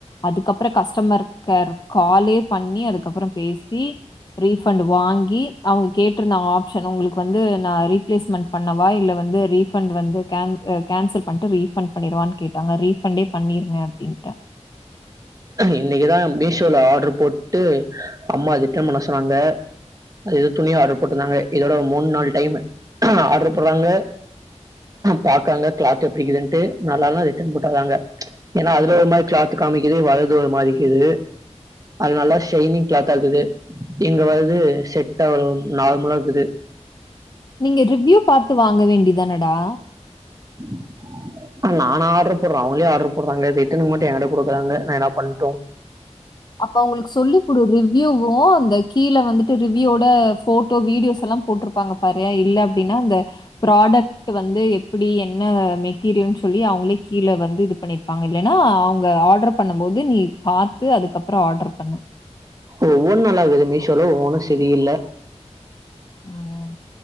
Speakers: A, on the left (about 35°); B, on the right (about 30°).
A: அதுக்கப்பறம் கஷ்டமர் கேர் காலே பண்ணி அதுக்கப்பறம் பேசி ரீபண்ட் வாங்கி அவங்க கேட்டிருந்த ஆப்சன் உங்களுக்கு வந்து நான் ரீப்ளேஸ்மெண்ட் பண்ணவா இல்ல வந்து ரீபண்ட் வந்து கேன்சல் பண்ட்டு ரீபண்ட் பண்ணிருவான்னு கேட்டாங்க ரீபண்டே பண்ணிருங்க அப்டின்ட்டே
B: இன்னைக்குதான் மீஷோல ஆட்ரு போட்டு அம்மா ரிட்டன் பண்ண சொன்னாங்க அது எது துணியா ஆர்டர் போட்ருந்தாங்க இதோட மூணு நாள் டைம் ஆர்டர் போடுறாங்க பாக்காங்க கிளாத் எப்டிக்குதுன்ட்டு நல்லால்னா ரிட்டன் போட்ருதாங்க ஏனா அதுல ஒரு மாரி கிளாத்து காமிக்குது வரது ஒரு மாரிக்குது அது நல்லா ஷைனிங் கிளாத்தா இருக்குது இங்க வருது செட் அ வரும் நார்மலா இக்குது
A: நீங்க ரிவ்யூ பாத்து வாங்க வேண்டிதானடா
B: <inaudible> நானா ஆட்ரு போறன் அவங்களே ஆட்ரு போடுறாங்க ரிட்டன்னுகு மட்டும் எங்கட்ட கொடுக்கறாங்கா நா எனாப் பண்டோம்
A: அப்ப அவங்களுக்கு சொல்லி் கொடு ரிவ் யுவும் அந்த கீழ வந்துட்டு ரிவ்யோட போட்டோ வீடியோஸ் எல்லா போட்டிருப்பாங்க பாரு இல்ல அப்டின்னா அந்த ப்ராடக்ட் வந்து எப் எப்டி என்ன மெட்டீரியல்ன்னு சொல்லி அவங்களே கீழ வந்து இது பண்ணிருப்பாங்க இல்லனா அவங்க ஆர்டர் பண்ணும் போது நீ பாத்து அதுக்கப்பறம் ஆர்டர் பண்ணன்
B: ஒவ்வொன்னு நள்ளாகுது மீஷோல ஒன்னு செரி இல்ல
A: ம்